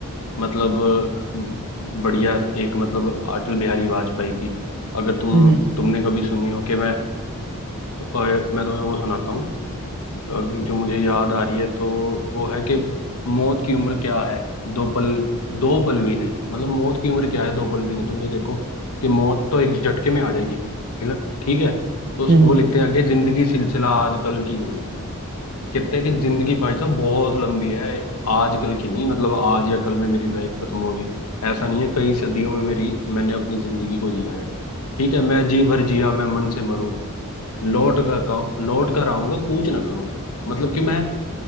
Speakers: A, on the left (about 80°); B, on the right (about 45°).
A: मतलब अ, बढ़िया एक मतलब अटल बिहारी वाजपेयी की अगर तुम
B: हम्म
A: तुमने कभी सुनी हो कि मैं अ, मैं तुम्हें वो सुनाता हूँ अ, जो मुझे याद आ रही है तो वो है कि मौत की उम्र क्या है दो पल दो पल भी नहीं मतलब मौत की उम्र क्या है दो पल भी नहीं तुम ये देखो कि मौत तो एक झटके में आ जाएगी ठीक है तो उस-
B: हम्म हम्म,
A: वो लिखते हैं आगे जिंदगी सिलसिला आजकल की नहीं कहते हैं कि जिंदगी भाई साहब बहुत लंबी है आजकल की नहीं मतलब आज या कल में मेरी लाइफ खत्म होगी ऐसा नहीं है कई सदियों में मेरी मैंने अपनी जिंदगी को जिया है ठीक है मैं जी भर जिया मैं मन से मरूं लौट कर का, लौट कर आऊंगा कूच ना करूं मतलब कि मैं